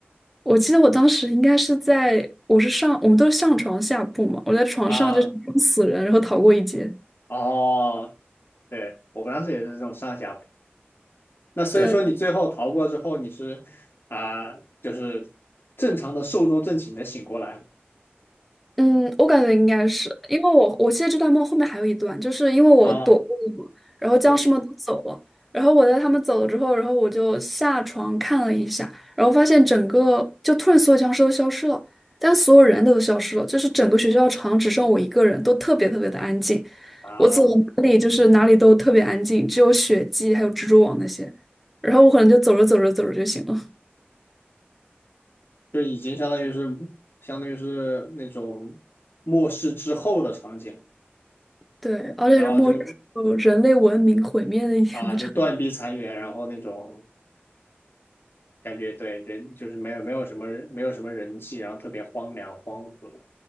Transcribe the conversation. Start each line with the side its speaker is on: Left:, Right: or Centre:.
Centre: 我记得我当时应该是在，我是上，我们都是上床下铺嘛，我在床上就是装死人，
Left: 啊，
Centre: 然后逃过一劫。
Left: 哦，对，我当时也是这种上下那所以说你最后逃过之后，
Centre: 对。
Left: 你是啊、就是正常的寿终正寝的醒过来了
Centre: 嗯，我感觉应该是，因为我我现在这段梦后面还有一段，就是因为我躲过了嘛，
Left: 啊，
Centre: 然后僵尸们都走了，
Left: 对
Centre: 然后我在他们走了之后，然后我就下床看了一下，然后发现整个就突然所有僵尸都消失了，但所有人都消失了，就是整个学校场只剩我一个人，都特别特别的安静，
Left: 啊，
Centre: 我走到哪里就是哪里都特别安静，只有血迹还有蜘蛛网那些，然后我可能就走着走着走着就醒了，
Left: 就已经相当于是相当于是那种末世之后的场景，
Centre: 对，而且是末日时候人类文明毁灭的一天的场景。
Left: 然后就啊就断壁残垣，然后那种感觉对人就是没有没有什么人没有什么人气，然后特别荒凉、荒芜、